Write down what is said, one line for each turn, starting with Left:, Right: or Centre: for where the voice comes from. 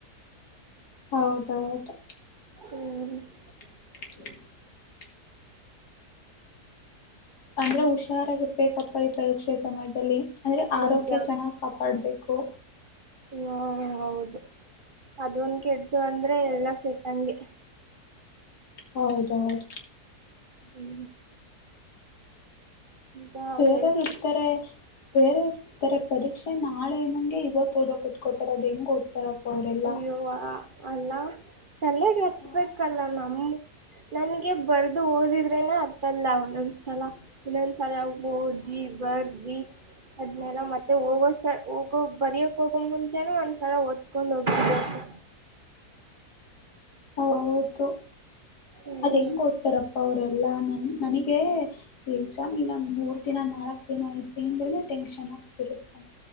Left: ಹೌದೌದು
Right: ಹ
Left: <inaudible> ಅಂದ್ರೆ ಹುಷಾರಾಗಿರ್ಬೇಕಪ್ಪ ಈ ಪರೀಕ್ಷೆ ಸಮಯದಲ್ಲಿ. ಅಂದರೆ ಆರೋಗ್ಯ
Right: ನಿಜ
Left: ಚೆನ್ನಾಗಿ ಕಾಪಾಡಬೇಕು.
Right: ಹ್ಮ ಹೌದು ಅದ ಒಂದ್ ಕೆಟ್ಟಿತು ಅಂದ್ರೆ ಎಲ್ಲ ಕೆಟ್ಟಂಗೆ.
Left: ಹೌದೌದು
Right: ಹ್ಮ್ ನಾವು
Left: ಬೇರೆಯವರು
Right: ಹೇಳ್ತಿದ್ವಿ
Left: ಇರ್ತಾರೆ ಬೇರೆ. ತ್ತಾರೆ ಪರೀಕ್ಷೆ ನಾಳೆ ಏನಂಗೆ ಇವತ್ತು ಓದೋ ಕುತ್ಕೋತಾರ ಅದು ಹೆಂಗ ಓದ್ತಾರಾಪ್ಪಾ ಅವರೆಲ್ಲಾ.
Right: ಅವಾ ಅಲ್ಲ ತಲೆಗೆ ಹತ್ಬೇಕಲ್ಲ
Left: ಹಾ
Right: ನಮ್ಮ ನನ್ಗೆ ಬರ್ದು ಓದಿದ್ರೇನೆ ಅತ್ತಲ್ಲ ಒಂದೊಂದ್ಸಲ. ಇನ್ನೊಂದ ಸಲ ಓದಿ ಬರ್ದಿ. ಅದ್ನೆೆಲ್ಲ ಮತ್ತೆ ಹೋಗೋಸ ಹೋಗೋ ಬರಯಕ್ ಹೋಗೋ ಮುಂಚೆನ ಒಂದ್ಸಲ ಓದ್ಕೊಂಡ್ ಹೋಗಿ ಬಿಡ್ಬೇಕು.
Left: ಹೌದು
Right: ಹ್ಮ್
Left: ಅದ್ ಹೆಂಗ ಓದ್ತಾರಪ್ಪ ಅವರೆಲ್ಲಾ ನನ್ ನನಿಗೆ ಎಕ್ಸಾಮ್ ಇನ್ನಂದ ಮೂರ್ ದಿನ ನಾಲ್ಕು ದಿನ ಐತೆ ಅಂದ್ರೆನೆ ಟೆನ್ಶನ್ ಆಗ್ತಿರುತ್ತೆ